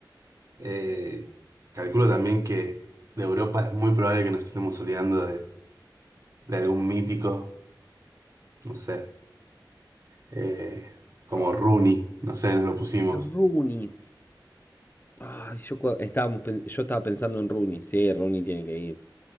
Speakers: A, on the right (about 45°); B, on the left (about 25°).
A: Eh, calculo también que de Europa es muy probable que nos estemos olvidando de, de algún mítico, no sé, eh, como
B: Probablemente.
A: Rooney, no sé, no lo pusimos.
B: Rooney. Ay, yo, cua- estábamos, pen- yo estaba pensando en Rooney. Sí, Rooney tiene que ir.